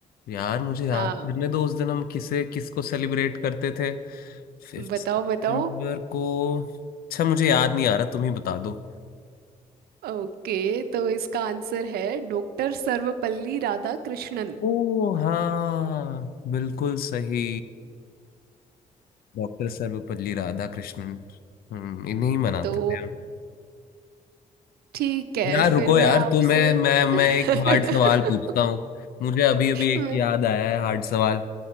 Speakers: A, on the left; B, on the right.
A: यार मुझे याद
B: हाँ
A: करने दो उस दिन हम किसे किसको सेलिब्रेट करते थे फिफ्थ
B: बताओ
A: सितंबर
B: बताओ
A: को अच्छा मुझे याद नहीं आ रहा तुम ही बता दो
B: ओके तो इसका आंसर है डॉक्टर सर्वपल्ली राधाकृष्णन
A: ओ हाँ बिल्कुल सही डॉक्टर सर्वपल्ली राधाकृष्णन हम्म इन्हें ही मनाते
B: तो
A: थे हम
B: ठीक है
A: यार रुको
B: फिर
A: यार
B: मैं आपसे
A: तो मैं मैं मैं
B: <laughs>
A: एक हार्ड सवाल पूछता हूँ मुझे अभी अभी एक
B: मैं
A: याद आया है हार्ड सवाल